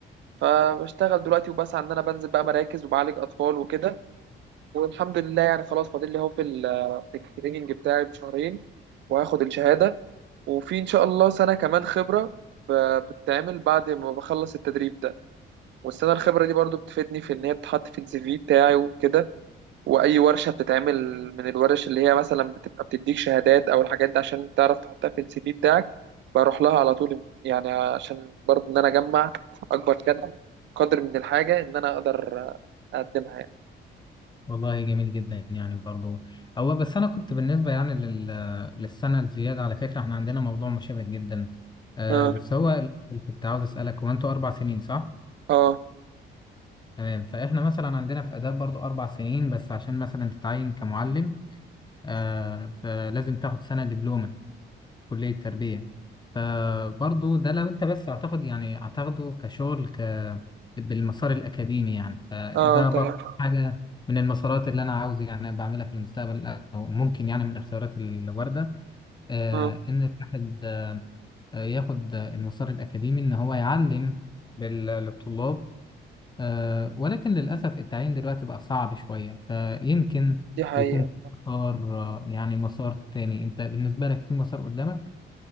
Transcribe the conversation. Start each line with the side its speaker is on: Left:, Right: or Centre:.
Right: فبشتغل دلوقتي وبسعى إن أنا بنزل بقى مراكز وبعالج أطفال وكده والحمد لله يعني خلاص فاضل لي اهو في ال في التريننج بتاعي بشهرين وهاخد الشهادة وفي إن شاء الله سنة كمان خبرة ب- بتتعمل بعد ما بخلص التدريب ده والسنة الخبرة دي برضو بتفيدني في إن هي بتتحط في السي في بتاعي وكده وأي ورشة بتتعمل من الورش اللي هي مثلا بتبقى بتديك شهادات أو الحاجات دي عشان تعرف تحطها في السي في بتاعك بروح لها على طول يعني عشان برضو إن أنا أجمع أكبر قدر قدر من الحاجة إن أنا أقدر أقدمها يعني
Left: والله جميل جدا يعني برضو هو بس انا كنت بالنسبه يعني لل... للسنه الزياده على فكره احنا عندنا موضوع مشابه جدا آه
Right: آه
Left: بس هو كنت عاوز اسالك هو انتوا اربع سنين صح؟
Right: آه
Left: تمام فاحنا مثلا عندنا في آداب برضو أربع سنين بس عشان مثلا تتعين كمعلم آه فلازم تاخد سنة دبلومة في كلية تربية فبرضو ده لو أنت بس هتاخد يعني هتاخده كشغل ك بالمسار الأكاديمي يعني فده
Right: آه طبعا
Left: برضو حاجة من المسارات اللي أنا عاوز يعني بعملها في المستقبل أو ممكن يعني من الاختيارات الواردة آه
Right: اه
Left: إن الواحد آه ياخد المسار الأكاديمي إن هو يعلم بال- للطلاب آه، ولكن للأسف التعيين دلوقتي بقى صعب شوية فيمكن
Right: دي حقيقة
Left: يكون في مسار آه، يعني مسار تاني أنت بالنسبة لك في مسار قدامك